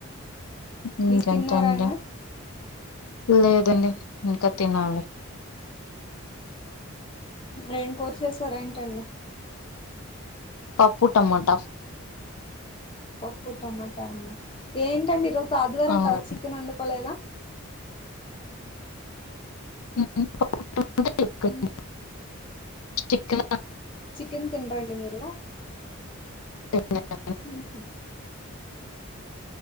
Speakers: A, on the left (about 75°); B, on the left (about 25°).
A: ఇంకెంటంట,
B: మీరు తిన్నారా అండి
A: లేదండి. ఇంక, తినాలే
B: యేం కూర చేసరెంటండి‌.
A: పప్పు, టమాట
B: పప్పు టమటన, ఏంటండి ఈరోజ్ ఆదివారం
A: అవును
B: కద, చికెన్ వండు కోలేదా?
A: ఉ హు, పప్పు ట <unintelligible>
B: మ్మ్.
A: చిక్కాగ
B: చికెన్, తినరండి మీరు?
A: తిన
B: ఉహు